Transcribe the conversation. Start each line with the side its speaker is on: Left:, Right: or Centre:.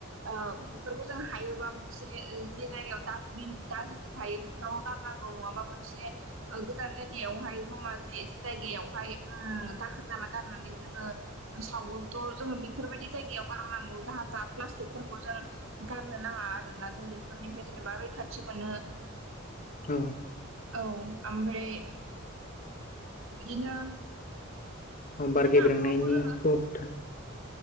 Right: ओ बेफोरखौ जों हायोबा मोनसे जिरायाव दासबिन दासबिन थायो बेफोराव गारनांगौ नङाबा मोनसे गोजान जायगायावहाय जमा जि जि जायगायावहाय उम दाखोर दाला गारनानै जोङो सावो थ' जोङो बेफोर बायदि ङि जायगायाव गारनांगौ। जाहा थाहा पालस्टिकजों गारनो नाङा आरोना जों बेफोरनिफ्राय जेनेबा रैखाथि मोनो।
Left: औ।
Right: औ आमफ्राय बिदिनो
Left: अ बार
Right: बिदिनो
Left: गेब्रेंनायनिखौ
Right: आबहावाखौ जोङो
Left: होबथानो